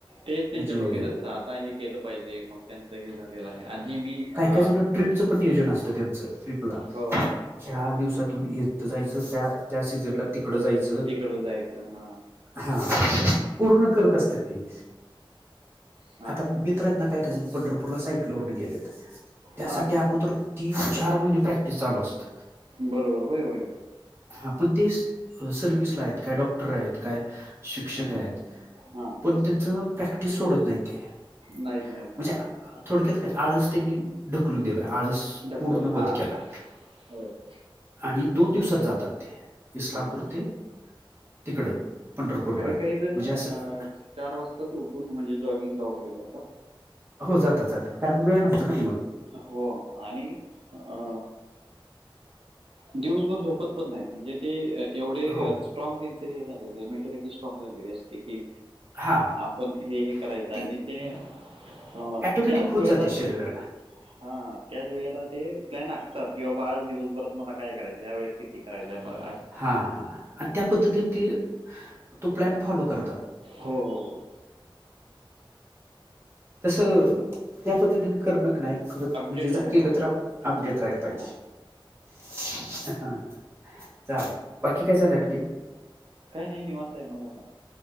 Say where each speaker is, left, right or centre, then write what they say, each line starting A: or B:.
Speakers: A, on the right (about 80°); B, on the right (about 25°).
A: तेच त्यांच्या
B: म्हणजे
A: डोक्यात असत आता हे केलं पाहिजे मग त्यां- हे झालेलं आहे आणि मी अ
B: काही काही जण ट्रिपचं पण नियोजन असतं त्यांचं ट्रिपला
A: हो,
B: ह्या दिवसातून इथ जायचं त्या त्या सीजनला तिकडं जायचं.
A: तिकड जायचं हा
B: हा पूर्ण करत असते ती
A: हां.
B: आता मित्र- काज पंढरपूर सायकलवर गेले. त्यासाठी
A: हां, हां.
B: अगोदर तीन चार महिने प्रॅक्टिस चालू असत.
A: बरोबर होय होय होय
B: हा पण ते सर्विसला आहेत काय डॉक्टर आहेत काय शिक्षक
A: हां,
B: आहेत.
A: हां.
B: पण त्यांचं प्रॅक्टिस सोडत नाही ते.
A: नाहीत नाही
B: म्हणजे
A: हा
B: थोडक्यात काय आळस त्यांनी ढकलून दिला आळस
A: दाखव
B: पूर्ण बंद
A: हां.
B: केला.
A: होय हो.
B: आणि दोन दिवसात जातात ते इस्लामपूर
A: हां.
B: ते तिकडं पंढरपूरपर्यंत
A: काही काही जण
B: म्हणजे
A: अ
B: असं
A: चार वाजताच उठून म्हणजे जॉगिंग जाव जात
B: हो जातात जातात कारण वेळ नसतो ना
A: हो आणि अ दिवसभर झोकत पण नाहीत म्हणजे ते एवढे.
B: हो,
A: स्ट्राग त्यांच हे झाले मेंटॅलिटी स्ट्राग झालेली असते की
B: हां.
A: पण हे हे करायचं
B: ती
A: आणि ते अ
B: ऑटोमॅटिक
A: त्याच
B: होत
A: वेळेला
B: जाते
A: ते.
B: शरीराला.
A: हा त्याच वेळेला ते प्लॅन आखतात कि बाबा आज दिवसभरात. मला काय करायचं या वेळेत किती करायचं म-
B: हा हा आणि त्या पद्धतीने ते तो प्लॅन फॉलो करतात.
A: हो हो हो.
B: तस त्या पद्धतीने करणक नाही. खर
A: अपडेट
B: म्हणजे जर
A: राहायला
B: केलं
A: पाहिजे
B: तर अपडेट
A: बस.
B: राला पाहिजे
A: हां.
B: हा. जा बाकी काय झालं आणखी..
A: काही नाही नि म्हनताय मग आता.